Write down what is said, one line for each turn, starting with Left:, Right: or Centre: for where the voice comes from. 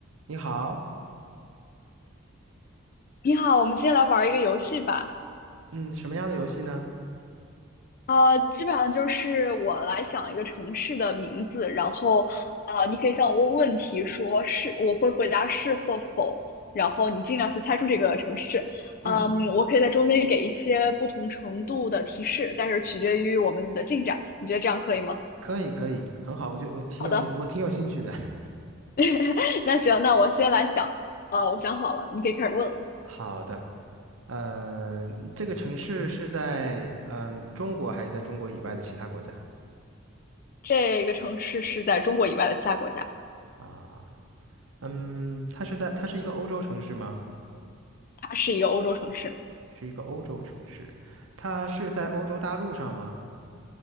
Right: 你好，
Left: 你好，我们今天来玩一个游戏吧。
Right: 嗯，什么样的游戏呢？
Left: 呃，基本上就是我来想一个城市的名字，然后呃，你可以向我问问题，说是，我会回答是或否，然后你尽量去猜出这个城市。嗯，
Right: 嗯，
Left: 我可以在中间给一些不同程度的提示，但是取决于我们的进展。你觉得这样可以吗？
Right: 可以，可以，很好，我就我挺有意思，
Left: 好的，
Right: 我挺有兴趣的。
Left: <laughs> 那行，那我先来想。呃，我想好了，你可以开始问了。
Right: <laughs> 好的，呃，这个城市是在嗯中国还是在中国以外的其他国家
Left: 这个城市是在中国以外的其他国家，
Right: 啊？嗯，它是在它是一个欧洲城市吗？
Left: 它是一个欧洲城市。
Right: 是一个欧洲城市，它是在欧洲大陆上吗？